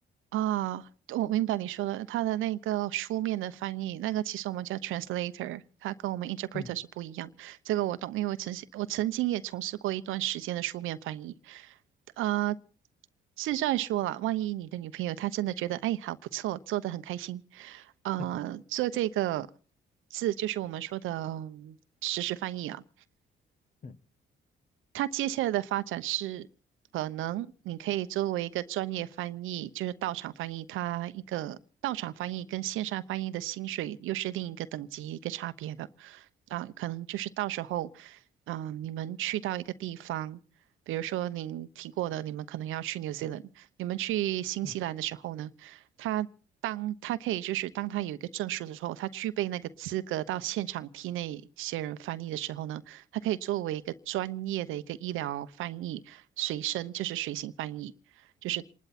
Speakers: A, on the right (about 85°); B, on the left (about 40°).
A: 啊，我明白你说的，它的那个书面的翻译，那个其实我们叫 translator，它跟我们 interpreter
B: 嗯
A: 是不一样。这个我懂，因为我曾经我曾经也从事过一段时间的书面翻译。呃，是在说了，万一你的女朋友她真的觉得，哎，好不错，做得很开心，呃，
B: <laughs>
A: 做这个字就是我们说的嗯实时翻译啊。
B: 嗯
A: 它接下来的发展是，可能你可以作为一个专业翻译，就是到场翻译，它一个到场翻译跟线上翻译的薪水又是另一个等级一个差别的啊，可能就是到时候，嗯、你们去到一个地方，比如说您提过的，你们可能要去 New Zealand，你们去新西兰的时候呢，
B: 嗯，
A: 他当他可以就是当他有一个证书的时候，他具备那个资格到现场替那些人翻译的时候呢。它可以作为一个专业的一个医疗翻译，随身就是随行翻译，就是